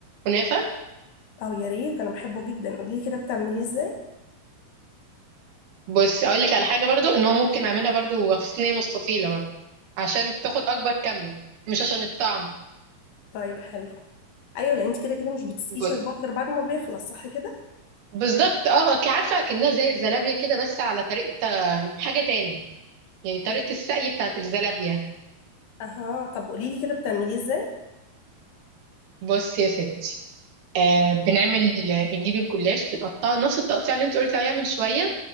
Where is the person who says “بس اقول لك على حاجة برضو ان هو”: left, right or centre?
Right